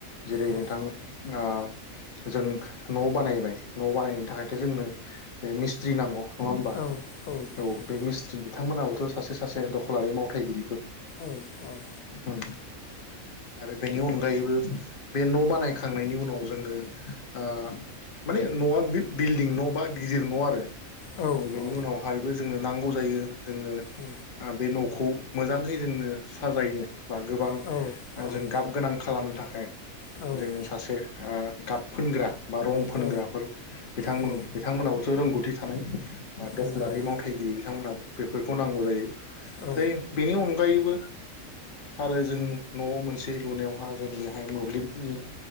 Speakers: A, on the left; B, on the left.
A: जेरै
B: औ
A: नोंथां <inaudible> जों न' बानायबाय न' बानायनायनि थाखायथ' जोंनो बे मिस्ट्रि नांगौ नङा होमबा
B: औ नंगौ
A: औ बे मिस्ट्रिनि बिथांमोनहाबोथ' सासे सासे दखलारि मावथायगिरिफोर।
B: औ ओं।
A: औ। आरो बेनि अनगायैबो बे न' बानायखांनायनि उनाव जोंनो ओ माने न'आ बिल्डिं न' बा गिदिर न' आरो।
B: औ
A: आरो बेनि
B: औ
A: उनावहायबो जोंनो नांगौ जायो जोंनो
B: औ
A: बे न'खौ। मोजाङै जोंनो साजायनो बा गोबां
B: औ औ
A: जों गाब गोनां खालामनो थाखाय।
B: औ
A: जोङो सासे ओ गाब फोनग्रा बा रं फोनग्राफोर
B: औ
A: बिथांमोन
B: औ
A: बिथांमोनहाबोथ' रोंगौथि थानाय बा दखलारि
B: नंगौ
A: मावथायगिरि बिथांमोनहाबो बेफोरखौ नांगौ जायो।
B: औ
A: फ्राय बेनि अनगायैबो आरो जों न'आव मोनसे लुनायावहा जों बेहाय मोब्लिबनि